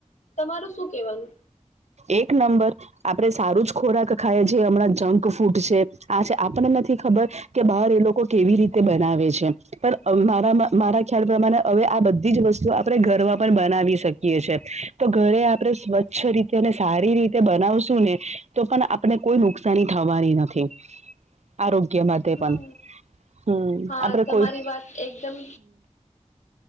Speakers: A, on the left; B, on the right.
A: તમારું શું કહેવાનું.
B: એક નંબર. આપણે સારું જ ખોરાક ખાઈએ, જે હમણાં જંક ફૂડ છે, આ છે, આપણને નથી ખબર. કે બહાર એ લોકો કેવી રીતે બનાવે છે. પણ મારા મારા ખ્યાલ પ્રમાણે હવે આ બધી જ વસ્તુ આપણે ઘરમાં પણ બનાવી શકીએ છે. તો ઘરે આપણે સ્વચ્છ રીતે. ને સારી રીતે બનાવશું, નેતો પણ આપણે કોઈ નુકસાની થવાની નથી.
A: <inaudible>
B: આરોગ્ય માટે.
A: હમ
B: પણ હમ
A: હા
B: આપણે
A: તમારી
B: કોઈ
A: વાત એકદમ.